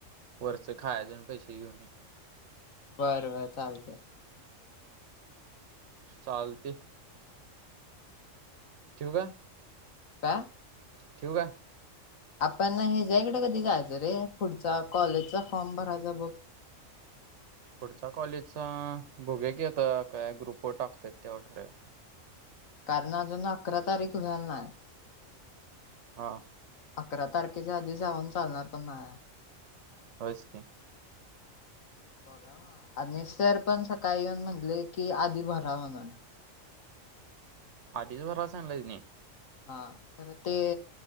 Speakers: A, on the right; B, on the left.
A: वरच खायच पैसे घेऊन ये.
B: बर बर चालतय.
A: चालतय. ठेऊ का?
B: का?
A: ठेऊ का?
B: आपण ह्याचा कडे कधी जायचं रे पुढचा कॉलेजचा फॉर्म भरायचा बघ.
A: <unintelligible> पुढच्या कॉलेजचा बघूया की आता काय ग्रुप वर टाकत्यात तेव्हा ठरवूया.
B: कारण अजून अकरा तारीख व्हाल नाय.
A: हा
B: अकरा तारखेच्या आधी जाऊन चालणार पण नाय.
A: होयच की.
B: बघा आणि सर पण सकाळी येऊन म्हणलंय की आधी भरा म्हणून.
A: आधीच भराय सांगितलाय नी.
B: हा खरं ते